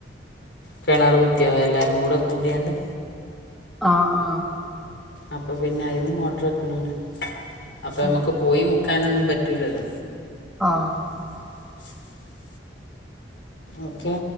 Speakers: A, on the left; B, in the centre.
A: കെണറു കുത്തിയതാ എല്ലാരുംകൂടെ കൂടിയാണ്ട്.
B: ആ ആ
A: അപ്പൊ പിന്നെ അയ്ന് മോട്ടറ് വെക്കണാണ് അപ്പൊ ഞമ്മക്ക്
B: ഉം
A: പോയി മു ക്കാനൊന്നും പറ്റൂല്ലല്ലോ
B: ആഹ്.
A: <inaudible> ഓക്കെ